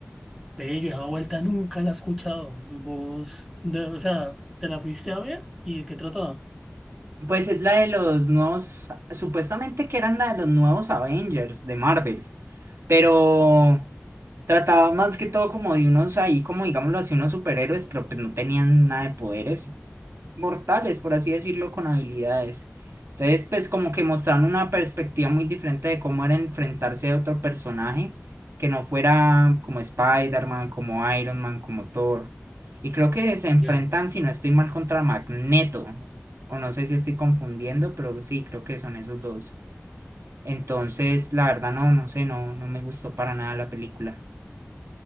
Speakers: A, in the centre; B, on the right.
A: ¡Bello! esa vuelta nunca la he escuchado. Vos, de- o sea, ¿te la fuiste a ver? ¿Y de qué trataba?
B: Pues es la de los nuevos, supuestamente que eran la de los nuevos Avengers de Marvel. pero trataba más que todo como de unos ahí, como digámoslo así, unos superhéroes, pero pues no tenían nada de poderes mortales, por así decirlo, con habilidades. Entonces, pues como que mostraron una perspectiva muy diferente de cómo era enfrentarse a otro personaje que no fuera como Spider-Man, como Iron Man, como Thor. Y creo que se enfrentan,
A: Ya.
B: si no estoy mal, contra Magneto. O no sé si estoy confundiendo, pero sí, creo que son esos dos. Entonces, la verdad, no, no sé, no, no me gustó para nada la película.